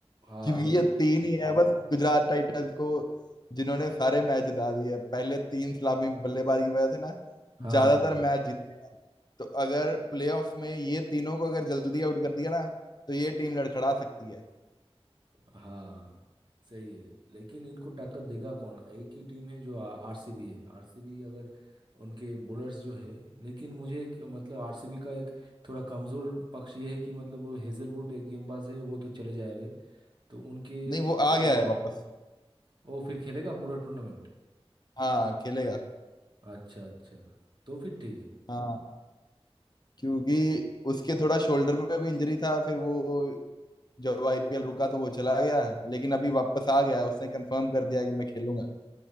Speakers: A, on the right; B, on the left.
A: हाँ
B: क्योंकि
A: ये
B: ये तीन ही है बस गुजरात टाइटंस को जिन्होंने सारे मैच जिता दिए पहले तीन सलामी बल्लेबाज की वजह से ना
A: हाँ
B: ज्यादातर
A: हाँ।
B: मैच जीत तो अगर प्लेऑफ्स में ये तीनों को अगर जल्दी आउट कर दिया ना तो ये टीम लड़खड़ा सकती है
A: हाँ सही है लेकिन इनको टक्कर देगा कौन एक ही टीम है जो आरसीबी है आरसीबी अगर उनके बॉलर्स जो है लेकिन मुझे एक मतलब आरसीबी का एक थोड़ा कमजोर पक्ष ये है कि मतलब वो हेजलवुड एक गेंदबाज है वो तो चले जाएंगे तो उनके
B: नहीं वो आ गया है बिल्कुल वापस
A: वो फिर खेलेगा पूरा टूर्नामेंट
B: हाँ खेलेगा
A: अच्छा अच्छा तो फिर ठीक है
B: हाँ क्योंकि उसके थोड़ा शोल्डर में भी इंजरी था फिर वो जब आईपीएल रुका तो वो चला गया लेकिन अभी वापस आ गया है उसने कंफर्म कर दिया कि मैं खेलूंगा